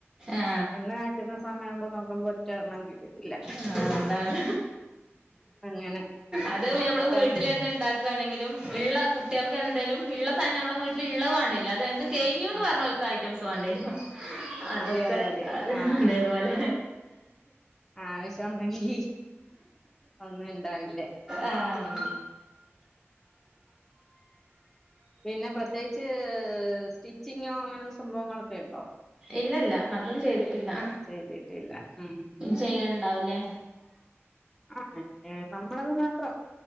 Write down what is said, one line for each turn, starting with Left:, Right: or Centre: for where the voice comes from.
Right: ആ
Centre: എണ്ണ കാച്ചണ സമയമാകുമ്പോ നോക്കുമ്പോ എണ്ണം കിളിക്കത്തില്ല
Right: ആ അതാണ്
Centre: അങ്ങനെ
Right: അത്
Centre: ആ
Right: ഞമ്മള്
Centre: നമുക്ക്
Right: വീട്ടിലെ ഉണ്ടാക്കുയാണെങ്കിലും ഉള്ള കുട്ടികൾക്ക് എന്തേലും ഉള്ള സാധനം നമ്മുടെ വീട്ടിൽ ഉള്ളത് വേണ്ടേല്ല അത് എന്ത് കഴിഞ്ഞു എന്ന്
Centre: ആ
Right: പറഞ്ഞാൽ അവർക്ക് കാര്യം മനസ്സി തേണ്ടേരും അതൊക്കെ
Centre: അതെ അതെ അതെ
Right: അത്
Centre: ആ
Right: അതേപോലെ
Centre: ആവശ്യണ്ടെങ്കി ഒന്നും ഇണ്ടാവില്ല
Right: ആഹ്
Centre: മ് പിന്നെ പ്രത്യേകിച്ച് സ്റ്റിച്ചിങ്ങോ അങ്ങനെ സംഭവങ്ങളൊക്കെ ഉണ്ടോ
Right: ഇല്ലല്ല അതൊന്നും ചെയ്ത ട്ടില്ല
Centre: ചെയ്തിട്ടില്ല ഉം ഉം.
Right: ചെയ്യലുണ്ടാവൂല്ലേ
Centre: ആ നമ്മളത് മാത്രം